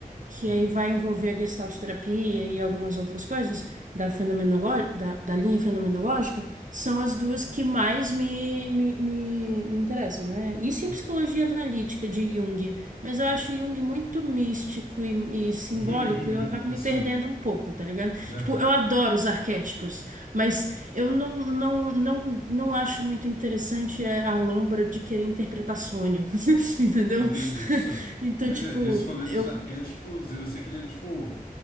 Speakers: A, on the right; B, on the left.
A: que
B: uhum,
A: aí vai envolver a gestalt terapia e algumas outras coisas da, fenomenolo- da, da linha fenomenológica, são as duas que mais me, me, me, me interessam, né? Isso
B: uhum.
A: e a psicologia analítica de Jung. Mas eu acho Jung muito místico e, e simbólico
B: <laughs>
A: e eu acabo me
B: Só.
A: perdendo um pouco, tá ligado?
B: Aham.
A: Tipo, eu adoro os arquétipos, mas eu não, não, não, não acho muito interessante é, a lombra de querer interpretar sonho, <laughs> entendeu?
B: Entendi, só.
A: <laughs> Então,
B: Mas
A: tipo,
B: é, esse falei
A: eu...
B: dos arquétipos, eu sei que ele é, tipo,